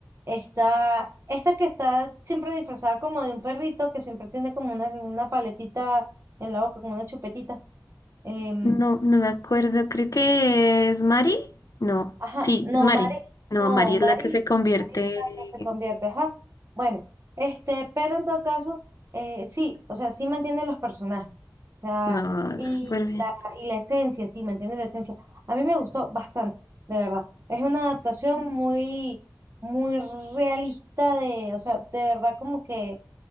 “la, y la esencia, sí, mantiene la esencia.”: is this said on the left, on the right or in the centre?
Right